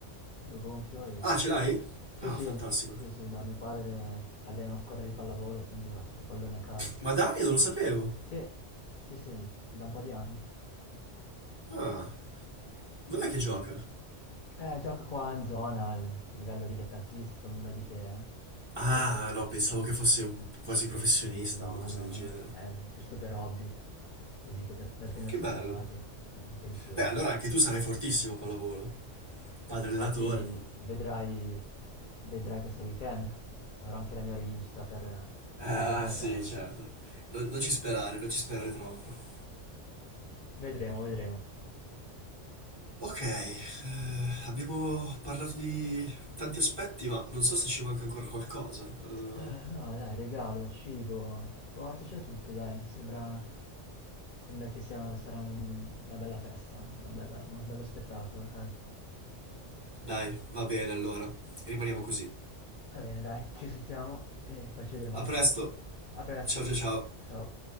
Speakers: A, on the left; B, on the right.
A: lo gonfio e...
B: Ah, ce l'hai?
A: Sì,
B: Ah,
A: sì, sì,
B: fantastico.
A: sì, sì, no, mio padre allena una squadra di pallavolo, quindi ho tutti i palloni a casa.
B: Ma dai, non lo sapevo.
A: Sì, sì, sì, da un po' di anni.
B: Ah, dov'è che gioca?
A: Eh, gioca qua in zona, al livello dilettantistico, nulla di che, eh.
B: Ah,
A: Però sì.
B: no, pensavo che fosse un quasi professionista
A: No,
B: o qualcosa
A: no,
B: del genere.
A: è giusto per hobby, così per, per tenersi
B: Che bello.
A: occupato, eh, in pensione.
B: Beh, allora anche tu sarai fortissimo a pallavolo. Padre
A: Infatti
B: allenatore.
A: vedrai, vedrai questo weekend, avrò anche la mia rivincita per,
B: Ah,
A: per il gioco da
B: sì,
A: tavola.
B: certo. Non, non ci sperare, non ci sperare troppo.
A: Vedremo, vedremo.
B: Ok, eh, abbiamo parlato di tanti aspetti, ma non so se ci manca ancora qualcosa. Eh,
A: Eh, no, dai, regalo, cibo, sport, c'è tutto, dai, sembra, sembra che sia, sarà un- una bella festa, una bella- uno bello spettacolo, dai.
B: dai, va bene allora. Rimaniamo così.
A: Va bene, dai, ci sentiamo e poi ci vedremo
B: A
A: alla
B: presto.
A: festa. A presto,
B: Ciao ciao ciao.
A: ciao.